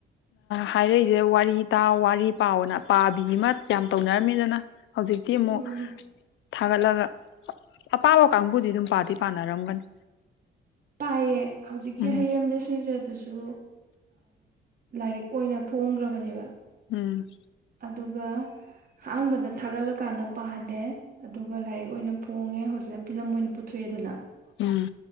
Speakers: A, on the left (about 75°); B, on the right (about 45°).
A: ꯍꯥꯏꯔꯛꯏꯁꯦ ꯋꯥꯔꯤ ꯇꯥꯎ ꯋꯥꯔꯤ ꯄꯥꯎꯅ ꯄꯥꯕꯤ ꯑꯃ ꯌꯥꯝ ꯇꯧꯅꯔꯝꯃꯤꯗꯅ꯫ ꯍꯧꯖꯤꯛꯇꯤ ꯑꯃꯨꯛ꯫
B: ꯎꯝ
A: ꯊꯥꯒꯠꯂꯒ ꯑꯄꯥꯝꯕ ꯀꯥꯡꯕꯨꯗꯤ ꯑꯗꯨꯝ ꯄꯥꯗꯤ ꯄꯥꯅꯔꯝꯒꯅꯤ꯫
B: ꯄꯥꯏꯌꯦ꯫ ꯍꯧꯖꯤꯛꯀꯤ
A: ꯎꯝ
B: ꯍꯌꯦꯡꯗ ꯁꯤꯁꯦ ꯑꯗꯨꯁꯨ꯫ ꯁꯨ ꯂꯥꯏꯔꯤꯛ ꯑꯣꯏꯅ ꯐꯣꯡꯈ꯭ꯔꯕꯅꯦꯕ꯫
A: ꯎꯝ꯫
B: ꯑꯗꯨꯒ ꯑꯍꯥꯟꯕꯗ ꯊꯥꯒꯠꯂꯀꯥꯟꯗ ꯄꯥꯍꯜꯂꯦ꯫ ꯑꯗꯨꯒ ꯂꯥꯏꯔꯤꯛ ꯑꯣꯏꯅ ꯐꯣꯡꯉꯦ ꯍꯧꯖꯤꯛꯅ ꯐꯤꯂꯝ ꯑꯣꯏꯅ ꯄꯨꯊꯣꯛꯑꯦꯗꯅ
A: ꯎꯝ